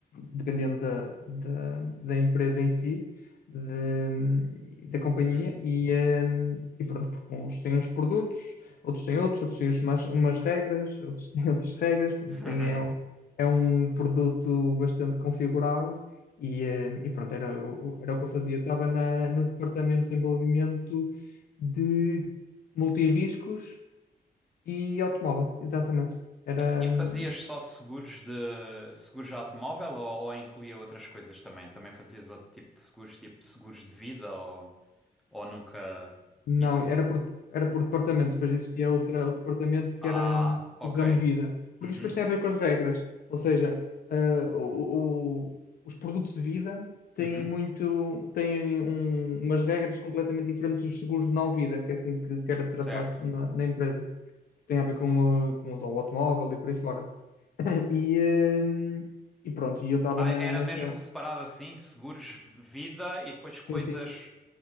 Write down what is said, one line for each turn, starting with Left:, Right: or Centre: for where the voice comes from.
Left: dependendo da, da, da empresa em si, de- da companhia,
Centre: uhum.
Left: e, hum, e pronto, porque uns têm uns produtos, outros têm outros, outros têm umas, umas regras, outros têm <laughs> outras regras, pronto,
Centre: <laughs>
Left: isto tem, é, um, é um produto bastante configurável. E, hum, e pronto, era, o- era o que eu fazia. Eu estava na, no departamento de desenvolvimento de Multirriscos e automóvel, exatamente. Era,
Centre: E, f- e
Left: hum,
Centre: fazias só seguros de seguros de automóvel ou, ou incluía outras coisas também? Também fazias outro tipo de seguros, tipo seguros de vida ou, ou nunca
Left: não,
Centre: isso?
Left: era por, era por departamentos, depois existia outra, outro departamento que
Centre: Ah,
Left: era hum,
Centre: ok.
Left: o ramo vida, porque
Centre: Uhum,
Left: isto depois tem a ver com as regras, ou seja, ah, o- o- os produtos de vida têm
Centre: uhum,
Left: muito, têm um- umas regras completamente diferentes dos seguros de não vida, que é assim que, que era tratado
Centre: certo.
Left: na, na empresa. Tem a ver com, o- com o automóvel e por aí fora. E, hum, e pronto, e eu estava
Centre: Ah,
Left: na-
Centre: era
Left: nessa.
Centre: mesmo separado assim, seguros vida e depois coisas,
Left: Sim, sim,